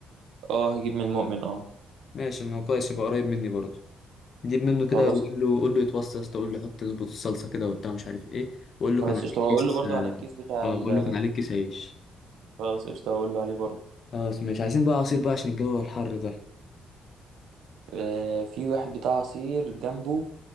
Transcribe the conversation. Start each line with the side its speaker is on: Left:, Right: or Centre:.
Right: اه هجيب من المؤمن اه
Left: ماشي ما هو كويس يبقى قريب مني برضه جيب منه كده
Right: خلاص
Left: وقول له قول له يتوصى يا اسطى قول له حط يظبط الصلصه كده وبتاع مش عارف ايه وقول له
Right: خلاص
Left: كان عليك
Right: قشطة وهقول
Left: كيس
Right: له برضو على الكيس بتاع
Left: اه
Right: ال...
Left: قول له كان عليك كيس عيش
Right: خلاص قشطة هقول له عليه برضو
Left: خلاص ماشي عايزين بقى عصير بقى عشان الجو الحر ده
Right: آه في واحد بتاع عصير جنبه